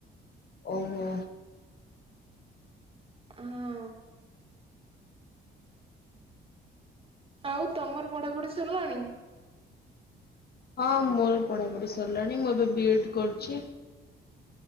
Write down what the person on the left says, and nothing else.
ଓ ହୋ।
ହଁ ମୋର ପଢା ପଢି ସରିଲାଣି ମୁଁ ଏବେ ବି ଏଡ୍ କରୁଛି।